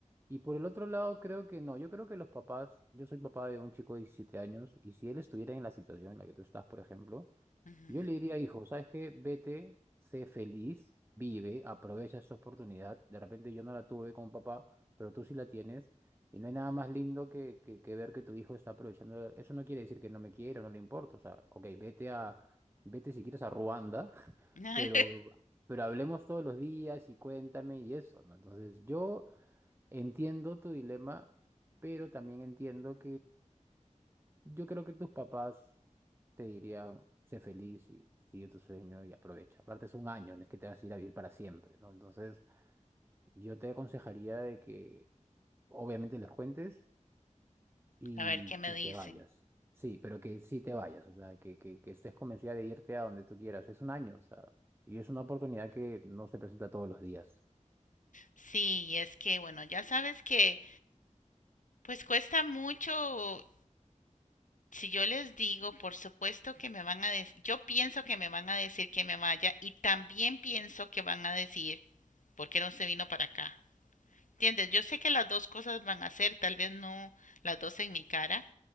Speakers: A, on the right; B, on the left.
A: Y por el otro lado, creo que no. Yo creo que los papás, yo soy papá de un chico de 17 años, y si él estuviera en la situación en la que tú estás, por ejemplo,
B: Ujú.
A: yo le diría, hijo, ¿sabes qué? Vete, sé feliz, vive, aprovecha esa oportunidad. De repente yo no la tuve con papá, pero tú sí la tienes. Y no hay nada más lindo que, que, que ver que tu hijo está aprovechando. Eso no quiere decir que no me quiera, no le importa. O sea, ok, vete a, vete si quieres a Ruanda, <laughs>
B: <laughs>
A: pero, pero hablemos todos los días y cuéntame y eso, ¿no? Entonces, yo entiendo tu dilema, pero también entiendo yo creo que tus papás te dirían, sé feliz y sigue tu sueño y aprovecha. Aparte es un año, no es que te vas a ir a vivir para siempre, ¿no? Entonces yo te aconsejaría de que obviamente les cuentes y,
B: A ver qué me
A: y
B: dicen.
A: te vayas. Sí, pero que sí te vayas, o sea, que, que, que estés convencida de irte a donde tú quieras. Es un año, o sea, y es una oportunidad que no se presenta todos los días.
B: Sí, es que, bueno, ya sabes que pues cuesta mucho. Si yo les digo, por supuesto que me van a decir, yo pienso que me van a decir que me vaya y también pienso que van a decir, ¿por qué no se vino para acá? ¿Entiendes? Yo sé que las dos cosas van a ser, tal vez no las dos en mi cara.